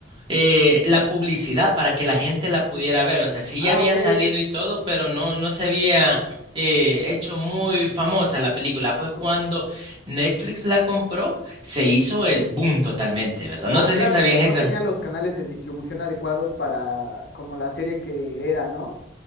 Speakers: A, on the right; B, on the left.
A: eh, la publicidad para que la gente la pudiera ver. O sea, sí
B: Ah,
A: ya había
B: ok,
A: salido y todo, pero no, no se había eh, hecho muy famosa la película. Pues
B: ok,
A: cuando Netflix la compró, se hizo el boom totalmente, ¿verdad?
B: Ah,
A: No sé
B: claro,
A: si sabías
B: no
A: eso.
B: tenía los canales de distribución adecuados para como la serie que era, ¿no?